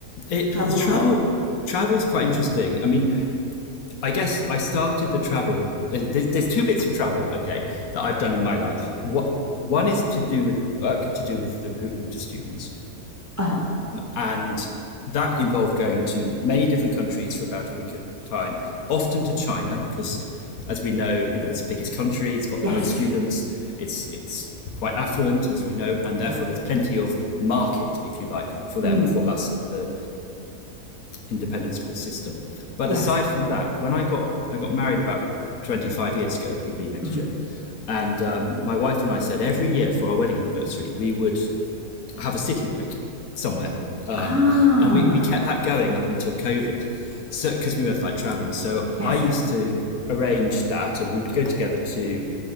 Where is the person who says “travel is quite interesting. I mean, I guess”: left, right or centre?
Left